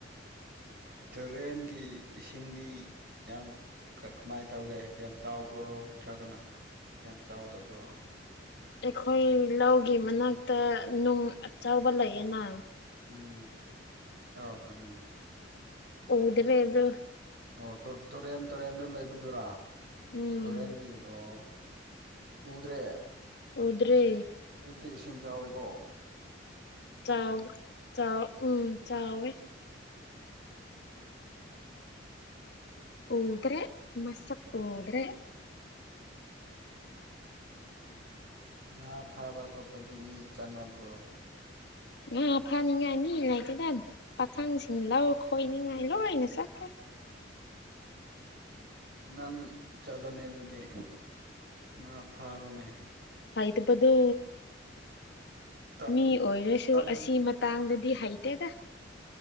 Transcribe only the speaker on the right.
ꯇꯨꯔꯦꯟꯒꯤ ꯏꯁꯤꯡꯗꯤ ꯌꯥꯝ ꯀꯃꯥꯏꯅ ꯇꯧꯒꯦ ꯌꯥꯝ ꯆꯥꯎꯕ꯭ꯔꯣ ꯅꯠꯇ꯭ꯔꯒꯅ ꯌꯥꯝ ꯆꯥꯎꯗꯕ꯭ꯔꯣ
ꯎꯝ ꯑꯥꯎ ꯈꯪꯉꯦ
ꯑꯣ ꯇꯨꯔꯦꯟ ꯇꯨꯔꯦꯟꯗ ꯂꯩꯕꯗꯨꯔꯥ
ꯇꯨꯔꯦꯟꯒꯤ ꯑꯣ ꯎꯗ꯭ꯔꯦ
ꯑꯗꯨꯗꯤ ꯏꯁꯤꯡ ꯆꯥꯎꯋꯤꯀꯣ
ꯎꯝ
<inaudible> ꯉꯥ ꯐꯥꯕ ꯈꯣꯠꯄꯗꯤ ꯃꯤ ꯆꯥꯠꯅꯕ꯭ꯔꯣ
ꯅꯪ ꯆꯠꯂꯣꯅꯦ ꯑꯗꯨꯗꯤ ꯉꯥ ꯐꯥꯔꯣꯅꯦ
ꯇꯝ
ꯇꯝ